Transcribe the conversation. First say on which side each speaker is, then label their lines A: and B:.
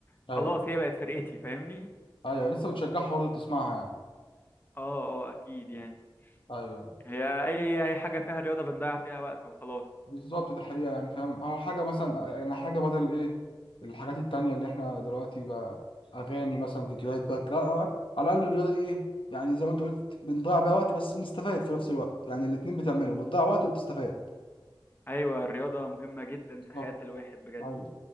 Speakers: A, on the left; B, on the left.
A: خلاص
B: ايوه
A: هي بقت فرقتي فاهمني
B: ايوه لسه بتشجعها برضه بتسمعها يعني
A: اه اه اكيد يعني
B: ايوه
A: هي اي اي حاجه فيها رياضه بنضيع فيها وقت وخلاص
B: بالظبط دي حقيقة يعني فاهم هو حاجة مثلا يعني حاجة بدل ايه الحاجات التانية اللي احنا دلوقتي بقى أغاني مثلا فيديوهات بقى لا، آه، على الأقل الرياضة دي ايه يعني زي ما انت قلت بنضيع بيها وقت بس بنستفاد في نفس الوقت يعني الاتنين بتعملهم بتضيع وقت وبتستفاد
A: ايوه الرياضه مهمه جدا
B: بالظبط
A: في حياه الواحد بجد
B: ايوه